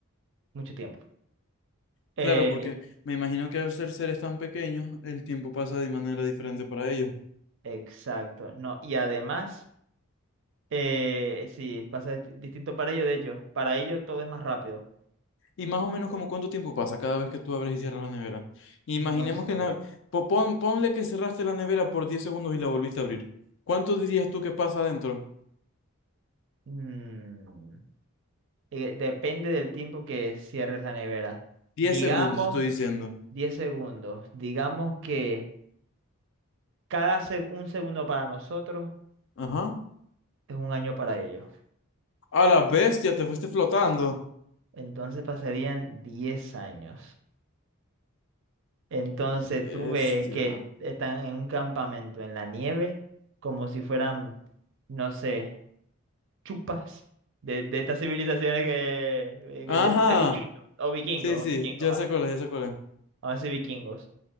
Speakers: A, on the right (about 55°); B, on the left (about 55°).
A: mucho tiempo. Eh,
B: Claro, porque me imagino que al ser seres tan pequeños, el tiempo pasa de manera diferente para ellos.
A: exacto, no. Y además... Eh, sí, pasa dist- distinto para ellos, de hecho. Para ellos todo es más rápido.
B: Y más o menos como cuánto tiempo pasa cada vez que tú abres y cierras la nevera. Imaginemos
A: No sé.
B: que en la- po- pon- ponle que cerraste la nevera por 10 segundos y la volviste a abrir. ¿Cuánto dirías tú que pasa adentro?
A: Mm, eh, depende del tiempo que cierres la nevera.
B: diez
A: Digamos
B: segundos, te estoy diciendo.
A: 10 segundos. Digamos que cada se- un segundo para nosotros
B: Ajá.
A: es un año para ellos.
B: A la bestia, te fuiste flotando.
A: Entonces pasarían 10 años. Entonces
B: Bestia.
A: tú ves que están en un campamento en la nieve, como si fueran, no sé. chupas de, de estas civilizaciones que, eh, que
B: Ajá.
A: yo de vikingos o vikingos
B: Sí, sí,
A: o vikingos
B: ya
A: va,
B: sé cuál es, ya sé cuál es.
A: vamos a decir vikingos.